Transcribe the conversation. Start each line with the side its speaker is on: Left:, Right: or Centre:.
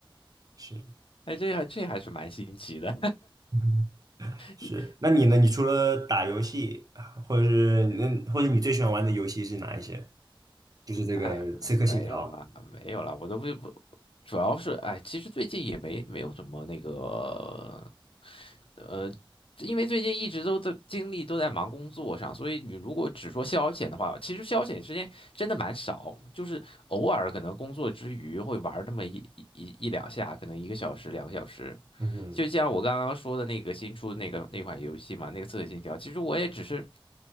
Right: 是
Left: 哎，这还这还是蛮新奇的。
Right: 嗯是，
Left: <laughs>
Right: 那你呢？你除了打游戏，或者是那或者你最喜欢玩的游戏是哪一些？就是这个《刺客信条》。
Left: 哎，没有啦，没有啦，我都不不，主要是哎，其实最近也没没有什么那个，呃，因为最近一直都在精力都在忙工作上，所以你如果只说消遣的话，其实消遣时间真的蛮少，就是偶尔可能工作之余会玩儿那么一一一一两下，可能一个小时、两个小时，
Right: 嗯哼，
Left: 就像我刚刚说的那个新出那个那款游戏嘛，那个《刺客信条》，其实我也只是，